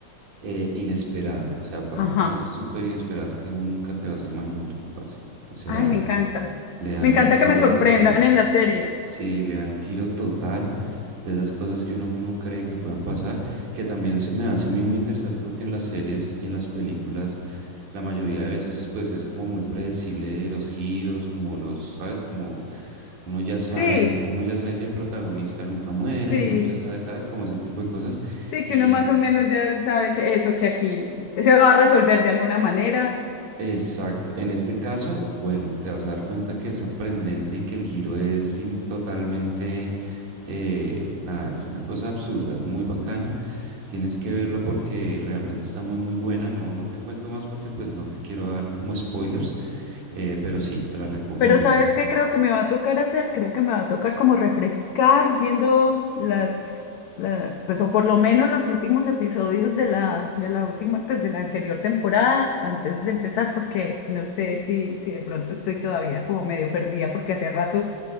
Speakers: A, on the right; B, on the left.
A: eh, inesperada. O sea, pasan
B: Ajá.
A: cosas súper inesperadas que nunca te vas a imaginar que pasen. O sea,
B: Ay, me encanta.
A: le dan
B: Me encanta
A: un giro
B: que me sorprendan
A: total.
B: en las series.
A: Sí, le dan un giro total de esas cosas que uno no cree que puedan pasar, que también se- me hace a mí muy interesante porque en las series y en las películas la mayoría de veces pues es como muy predecible los giros, como los, ¿sabes? Como uno ya sabe,
B: Sí,
A: uno ya sabe que el protagonista nunca muere,
B: sí.
A: uno ya sabe, ¿sabes? Como ese tipo de cosas.
B: Sí,
A: Y
B: que uno más
A: en,
B: o menos ya sabe que eso, que aquí se va a resolver de alguna manera
A: exacto, en este caso, bueno, te vas a dar cuenta que es sorprendente y que el giro es sin, totalmente... eh, nada, es una cosa absurda, es muy bacana. Tienes que verla porque realmente está muy muy buena. No, no te cuento más porque pues no te quiero dar como spoilers, eh, pero sí, te la recomiendo.
B: Pero ¿sabes qué creo que me va a tocar hacer? Creo que me va a tocar como refrescar viendo las, la- pues o por lo menos los últimos episodios de la, de la última, pues, de la anterior temporada antes de empezar, porque no sé si, si de pronto estoy todavía como medio perdida porque hace rato